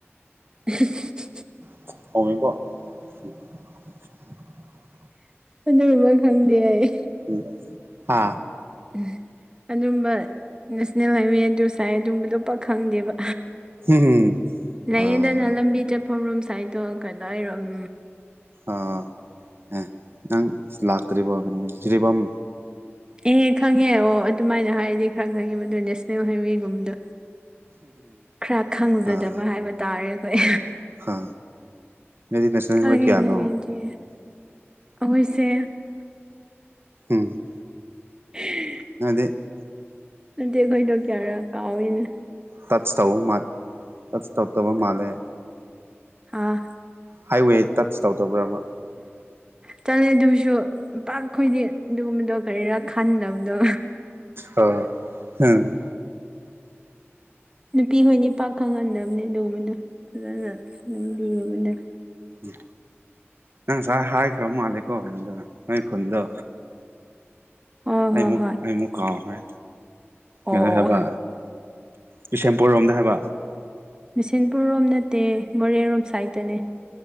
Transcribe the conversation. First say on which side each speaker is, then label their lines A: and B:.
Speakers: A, on the right (about 20°); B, on the right (about 55°).
A: <unintelligible>
B: <unintelligible>
A: ꯑꯗꯨꯃ ꯈꯪꯗꯦ ꯑꯩ
B: ꯎꯝ ꯍꯥ
A: ꯎ ꯑꯗꯨꯝꯕ ꯅꯦꯁꯅꯦꯜ ꯍꯥꯏꯋꯦ ꯑꯗꯨ ꯁꯥꯏ ꯑꯗꯨꯝꯕꯗꯣ ꯄꯈꯪꯗꯦꯕ
B: ꯍꯝ
A: ꯂꯩꯌꯦꯗꯅ
B: ꯑꯥ
A: ꯂꯝꯕꯤ ꯆꯠꯐꯝꯔꯣꯝ ꯁꯥꯏꯏꯗꯣ ꯀꯩꯅꯣ ꯍꯥꯏꯔꯣ ꯎꯝ
B: ꯑ ꯑꯦ ꯅꯪ ꯂꯥꯛꯇꯔꯤꯕꯣ ꯖꯤꯔꯤꯕꯝ
A: ꯑꯦꯍ ꯈꯪꯉꯦ ꯑꯣ ꯑꯗꯨꯃꯥꯏꯅ ꯍꯥꯏꯔꯗꯤ ꯈꯔ ꯈꯪꯉꯦ ꯃꯗꯨ ꯅꯦꯁꯅꯦꯜ ꯍꯥꯏꯋꯦꯒꯨꯝꯕꯗꯣ ꯈꯔ ꯈꯪꯖꯗꯕ
B: ꯑꯥ
A: ꯍꯥꯏꯕ ꯇꯥꯔꯦ ꯑꯩꯈꯣꯏ
B: ꯍꯥ ꯅꯣꯏꯗꯤ ꯅꯦꯁꯅꯦꯜ
A: ꯈꯪꯒꯦ
B: ꯍꯥꯏꯋꯦ ꯀꯌꯥꯅꯣ
A: ꯈꯪꯉꯦꯆ ꯑꯩꯈꯣꯏꯁꯦ
B: ꯎꯝ
A: ꯎꯝ
B: <unintelligible>
A: ꯑꯗꯨꯠꯇꯗꯤ ꯑꯩꯈꯣꯏꯗꯣ ꯀꯌꯥꯔ ꯀꯥꯎꯏꯅ
B: ꯇꯠꯆ ꯇꯧ ꯃꯥ ꯇꯆ ꯇꯧꯕ ꯃꯥꯜꯂꯦ
A: ꯍꯥꯥ
B: ꯍꯥꯏꯋꯦ ꯇꯆ ꯇꯧꯗꯕ꯭ꯔꯕ
A: ꯆꯠꯂꯦ ꯑꯗꯨꯁꯨ ꯄꯈꯣꯏꯗꯤ ꯑꯗꯨꯒꯨꯝꯕꯗꯣ ꯀꯔꯤꯔꯛ ꯈꯟꯅꯕꯗꯣ
B: ꯑꯣ ꯎꯝ
A: ꯅꯨꯄꯤꯈꯣꯏꯅꯤ ꯄꯥꯛ ꯈꯪꯍꯟꯗꯕꯅꯤ ꯑꯗꯨꯒꯨꯝꯕꯗꯣ ꯐꯖꯅ ꯑꯗꯨꯝꯕꯤꯉꯕꯗ
B: ꯎ ꯅꯪ ꯉꯁꯥꯏ ꯍꯥꯏꯈ꯭ꯔꯕ ꯃꯥꯜꯂꯦꯀꯣ ꯀꯩꯅꯣꯗ ꯅꯣꯏ ꯈꯨꯟꯗꯣ
A: ꯍꯣꯏ
B: ꯑꯩꯃꯨꯛ
A: ꯍꯣꯏ ꯍꯣꯏ
B: ꯑꯩꯃꯨꯛ ꯀꯥꯎꯈ꯭ꯔꯦ ꯀꯩꯅꯣ
A: ꯑꯣ
B: ꯍꯥꯏꯕ ꯕꯤꯁꯦꯝꯄꯨꯔ ꯔꯣꯝꯗ ꯍꯥꯏꯕ
A: ꯕꯤꯁꯦꯟꯄꯨꯔꯔꯣꯝ ꯅꯠꯇꯦ ꯃꯣꯔꯦꯔꯣꯝ ꯁꯥꯏꯠꯇꯅꯦ